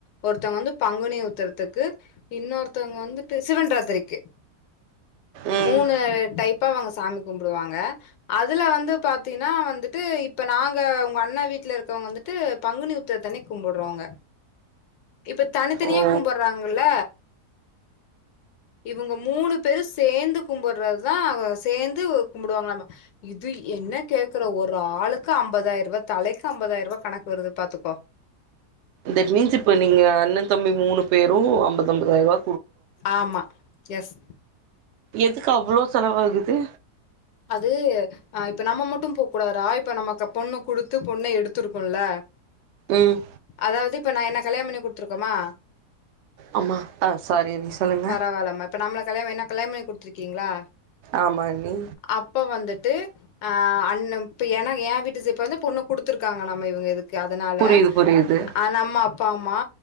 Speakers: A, on the left; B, on the right.
A: ஒருத்தங்க வந்து பங்குனி உத்தரத்துக்கு இன்னொருத்தவங்க வந்துட்டு சிவன்ராத்திரிக்கி
B: ம்
A: மூணு டைப் பா அவங்க சாமி கும்புடுவாங்க அதுல வந்து பாத்தீன்னா வந்துட்டு இப்ப நாங்க உங்க அண்ணா வீட்ல இருக்கவங்க வந்துட்டு பங்குனி உத்தரத்து அன்னைக்கி கும்பட்றவங்க இப்ப தனித்தனியா
B: ஓ
A: கும்பட்றாங்க ல்ல இவங்க மூணு பேரு சேந்து கும்பட்றதுதா ஆ சேந்து கும்புடுவாங்கலாமா இது என்ன கேக்குற ஒரு ஆளுக்கு அம்பதாயர்ரூவா தலைக்கு அம்பதாயர்ரூவா கணக்கு வருது பாத்துக்கோ
B: தட் மீன்ஸ் இப்ப நீங்க அண்ணன் தம்பி மூணு பேரு அம்பது அம்பதாயர்ரூவா
A: ஆமா எஸ்
B: எதுக்கு அவ்ளோ செலவு ஆகுது
A: அது ஆ இப்ப நம்ம மட்டு போக்கூடாதுறா இப்ப நமக்க பொண்ணு குடுத்து பொண்ணு எடுத்து இருக்கோல்ல
B: ம்
A: அதாவது இப்ப நா என்ன கல்யாணோ பண்ணி குடுத்துருக்கமா
B: ஆமா ஆ சாரி அண்ணி சொல்லுங்க
A: பரவால்லாம இப்ப நம்மள ப்ளஸ் <unintelligible> என்ன கல்யாண பண்ணி குடுத் துருக்கீங்களா
B: ஆமா அண்ணி
A: அப்ப வந்துட்டு ஆ அ ண்ணு இப்ப எனக் ஏன் வீட்டுஸ் இப்ப வந்து பொண்ணு குடு த்திருக்காங்க நம்ம இவங்க இது க்கு அதனால
B: புரியுது புரியுது
A: ஆ நம்ம அப்பா அம்மா